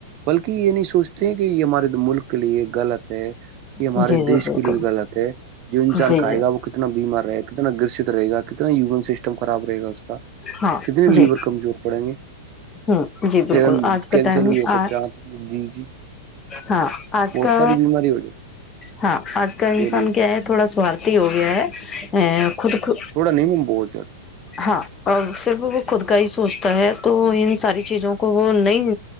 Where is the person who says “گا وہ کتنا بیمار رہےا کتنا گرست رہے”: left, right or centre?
Right